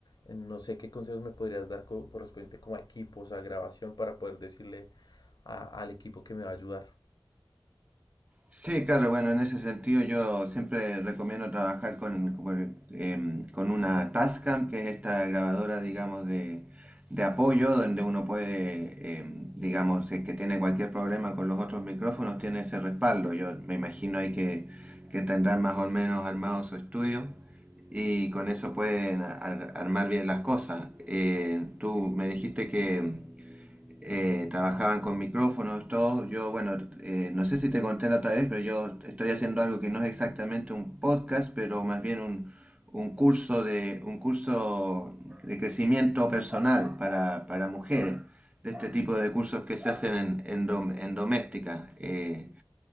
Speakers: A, on the left; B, on the right.
A: eh, No sé qué consejos me podrías dar co- correspondiente como a equipos, a grabación, para poder decirle a- al equipo que me va a ayudar.
B: Sí, claro, bueno, en ese sentido yo siempre recomiendo trabajar con, con, em, con una Tascam, que es esta grabadora, digamos, de, de apoyo, donde uno puede, em, digamos, si es que tiene cualquier problema con los otros micrófonos, tiene ese respaldo. Yo me imagino ahí que, que tendrán más o menos armado su estudio y con eso pueden ar- armar bien las cosas. Eh, tú me dijiste que eh, trabajaban con micrófonos, todo. Yo, bueno, eh, no sé si te conté la otra vez, pero yo estoy haciendo algo que no es exactamente un podcast, pero más bien un, un curso de, un curso de crecimiento personal para, para mujeres, de este tipo de cursos que se hacen en, en, dom- en doméstica. eh,